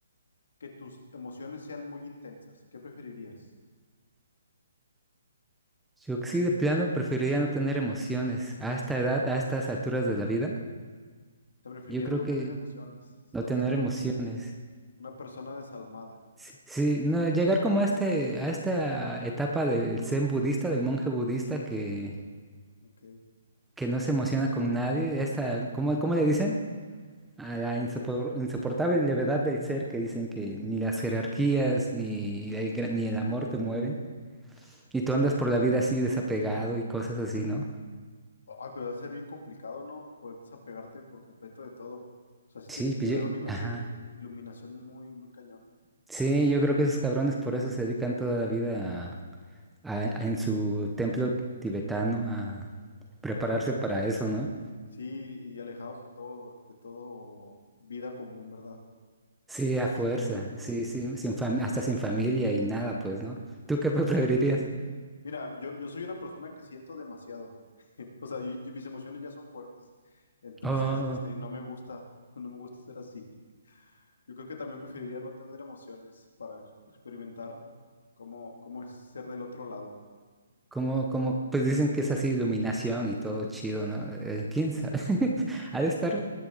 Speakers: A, on the left; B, in the centre.
A: que tus emociones sean muy intensas. ¿Qué preferirías?
B: Yo que sí de plano preferiría no tener emociones. A esta edad, a estas alturas de la vida,
A: ¿Te preferirías
B: yo creo
A: no
B: que
A: tener emociones? Ser,
B: no tener
A: ser
B: emociones.
A: un- una persona desalmada.
B: Sí, sí, no, llegar como a este, a esta etapa del zen budista, del monje budista que,
A: Ok.
B: que no se emociona con nadie. Esta, ¿cómo, cómo le dicen? a la insopor- insoportable levedad del ser que dicen que ni las jerarquías ni el, gra- ni el amor te mueven. Y tú andas por la vida así desapegado y cosas así, ¿no?
A: Ay, pero debe ser bien complicado, ¿no? Poder desapegarte por completo de todo. O sea, sí
B: Sí,
A: tienes que
B: pues
A: llegar
B: yo,
A: a un nivel
B: ajá.
A: de iluminación muy, muy cañón.
B: Sí, yo creo que esos cabrones por eso se dedican toda la vida a, a- a- en su templo tibetano a prepararse para eso, ¿no?
A: Sí, y alejados de todo, de todo vida común, ¿verdad?
B: Sí,
A: Sí, debe
B: a fuerza,
A: ser bien difícil.
B: sí, sí, sin fam- hasta sin familia y nada, pues, ¿no? ¿Tú qué preferirías?
A: Mira, yo, yo soy una persona que siento demasiado. <laughs> O sea, yo- yo- mis emociones ya son fuertes. Entonces,
B: Oh.
A: este, no me gusta, <laughs> no me gusta ser así. Yo creo que también preferiría no tener emociones para ex- experimentar cómo, cómo es ser del otro lado.
B: Como, como, pues dicen que es así iluminación y todo chido, ¿no? Eh, ¿quién sabe? <laughs> Ha de estar.